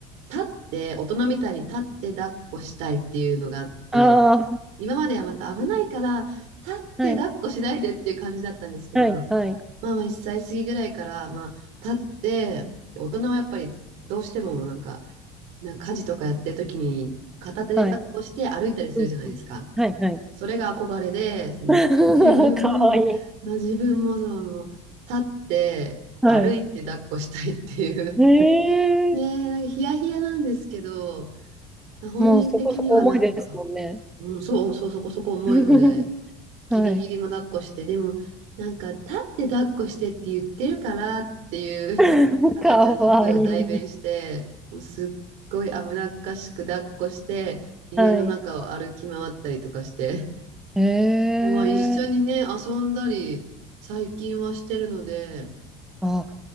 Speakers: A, on the right (about 65°); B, in the centre.
A: 立って、大人みたいに立って抱っこしたいっていうのがあって、
B: あ
A: 今まではまた危ないから、立って抱っこしないでっていう感じだったんですけど、
B: あ、はい。はい。はい。
A: まあまあ1歳過ぎぐらいから、まあ、立って、大人はやっぱりどうしてもなんか、なんか家事とかやってる時に片手で抱っこして歩いたりするじゃないですか。
B: はい。うん。うんはい。はい。
A: それが憧れで、その自分も、
B: <laughs> かわいい。
A: の自分もその立って歩いて抱っこしたいっていう。
B: はい。へ
A: ねえ、
B: え。
A: なんかヒヤヒヤなんですけど、本人的にはなんか、
B: もうそこそこ重いですもんね。
A: うん、そうそう、そこそこ重いので、
B: <laughs>
A: ギリギリも抱っこして、
B: はい。
A: でも、なんか、立って抱っこしてって言ってるからっていう
B: <laughs>
A: <laughs> 赤ちゃんの声を代弁して、
B: かわいい。
A: もうすっごい危なっかしく抱っこして、家の中を歩き回ったりとかして、
B: はい。へえ
A: まあ一緒にね、遊んだり、最近はしてるので、
B: あ、